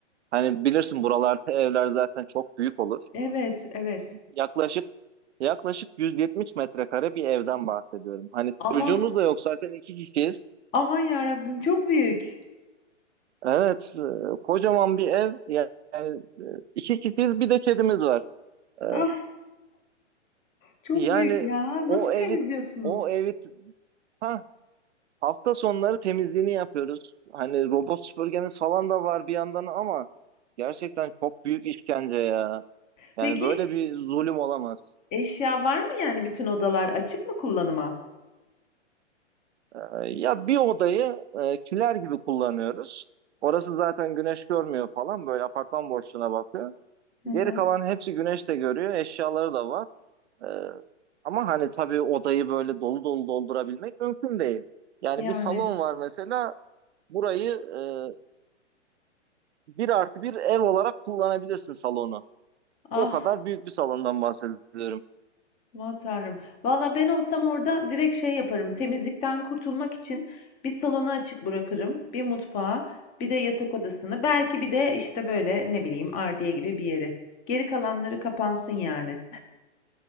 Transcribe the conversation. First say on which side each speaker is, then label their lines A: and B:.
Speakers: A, on the right (about 65°); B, on the left (about 20°).
A: Hani bilirsin buralarda evler zaten çok büyük olur.
B: Evet, evet.
A: Yaklaşık yaklaşık 170 metrekare bir evden bahsediyorum. Hani
B: Aman,
A: çocuğumuz da yok zaten iki kişiyiz.
B: aman yarabbim çok büyük.
A: Evet, e, kocaman bir ev. Yani e, iki kişiyiz bir de kedimiz var. Ee,
B: Ah, çok
A: yani
B: büyük ya.
A: o
B: Nasıl temizliyorsunuz?
A: evi o evi ha Hafta sonları temizliğini yapıyoruz. Hani robot süpürgemiz falan da var bir yandan ama gerçekten çok büyük işkence ya.
B: Peki
A: Yani böyle bir zulüm olamaz.
B: eşya var mı yani bütün odalar açık mı kullanıma?
A: Ee, ya bir odayı e, kiler gibi kullanıyoruz. Orası zaten güneş görmüyor falan. Böyle apartman boşluğuna bakıyor.
B: Hı hı.
A: Geri kalan hepsi güneş de görüyor. Eşyaları da var. Ee, ama hani tabii odayı böyle dolu dolu doldurabilmek mümkün değil. Yani
B: Yani.
A: bir salon var mesela. Burayı e, bir artı bir ev olarak kullanabilirsin salonu.
B: Ah.
A: O kadar büyük bir salondan bahsediyorum.
B: Aman tanrım. Valla ben olsam orada direkt şey yaparım. Temizlikten kurtulmak için bir salonu açık bırakırım. Bir mutfağı, bir de yatak odasını. Belki bir de işte böyle ne bileyim ardiye gibi bir yeri. Geri kalanları kapansın yani.